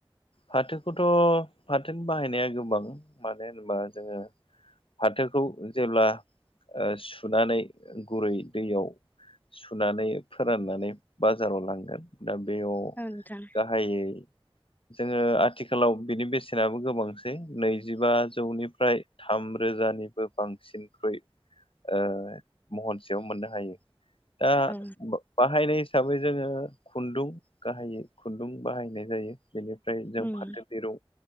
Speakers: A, on the left; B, on the left.
A: फाथोखौथ' फाथोनि बाहायनाया गोबां मानो होनोबा जोङो फाथोखौ जेब्ला सुनानै ओ गुरै दैयाव सुनानै फोराननानै बाजाराव लांगोन दा बेयाव
B: ओ नोंथां
A: गाहायै जोङो आथिखालाव बिनि बेसेनाबो गोबांसै नैजिबा जौनिफ्राय थाम रोजानिबो बांसिनख्रुइ ओ महन सेयाव मोननो हायो दा
B: औ
A: बाहायनाय हिसाबै जोङो खुन्दुं गाहायै खुन्दुं बाहायनाय जायो बेनि ओमफ्राय जों
B: उम
A: फाथो दिरुं